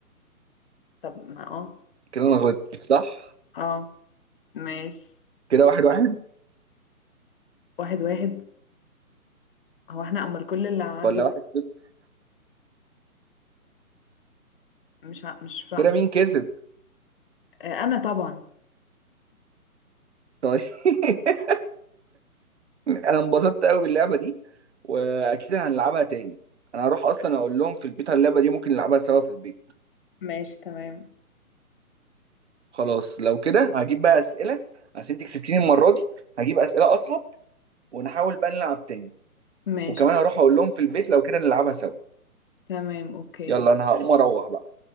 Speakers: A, on the left (about 35°); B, on the right (about 50°).
A: طب ما اه
B: كده انا غلطت صح
A: اه ماشي
B: كده واحد واحد
A: واحد واحد هو احنا امال كل اللي عدى
B: ولا
A: ده
B: واحد صفر
A: مش ع... مش فا...
B: كده
A: مش
B: مين
A: ع...
B: كسب
A: آه انا طبعا
B: طيب <laughs> انا انبسطت قوي باللعبه دي واكيد هنلعبها تاني انا هروح اصلا اقول لهم في البيت على اللعبه دي ممكن نلعبها سوا في البيت
A: ماشي تمام
B: خلاص لو كده هجيب بقى اسئله عشان انت كسبتيني المره دي هجيب اسئله اصعب ونحاول بقى نلعب تاني
A: ماشي
B: وكمان هروح اقول لهم في البيت لو كده نلعبها سوا
A: تمام اوكي
B: يلا
A: ماشي
B: انا هقوم اروح بقى